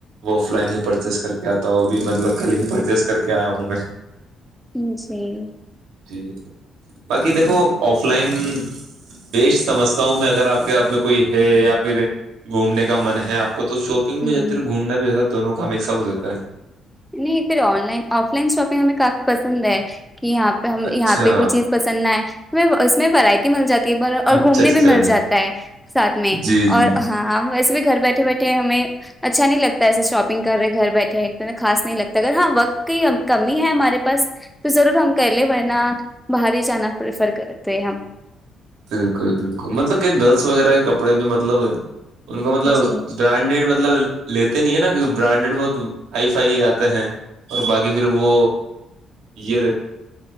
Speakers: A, on the right (about 80°); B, in the centre.
A: وہ آف لائن ہی پرچیز کر کے آتا ہوں ابھی مطلب کل ہی پرچیز کر کے آیا ہوں میں
B: جی
A: جی باقی دیکھو آف لائن بیش سمجھتا ہوں میں اگر آپ کے ہاتھ میں کوئی ہے یا پھر گھومنے کا من ہے آپ کو تو شاپنگ بھی
B: ہوں
A: جاتی ہے اور گھومنا بھی جاتا ہے دونوں کا مکسپ ہو جاتا ہے
B: نہیں پھر online offline shopping ہمیں کافی پسند ہے کہ یہاں پہ ہم
A: اچھا
B: یہاں پہ کوئی چیز پسند نہئے اس میں ورائٹی مل جاتی ہے ب اور
A: اچھا
B: گھومنے
A: اچھا
B: بھی مل
A: اچھا
B: جاتا ہے سھ میں
A: جی جی
B: اور ہاں ویسے بھی گھر بیٹھے بیٹھے ہمیں اچھا نہیں لگتا ایسے شاپنگ کر رہے گھر بیٹھے ہیں ایک خاص نہیں لگتا اگر ہاں وقت ہی کمی ہے ہمارے پاس تو ضرور ہم کیہلے ورن باہر ہی جانا پریفر کرتے ہیں ہم
A: بالکل بالکل مطلب کہ گرلس وغیرہ کے کپڑے بھی مطلب ان کا مطلب
B: جی
A: برانڈیڈ مطلب لیتے نہیں ہے نا کی برانڈیڈ بہت آئی فائی آتے ہیں اور باقی پھر وہ یہ رہ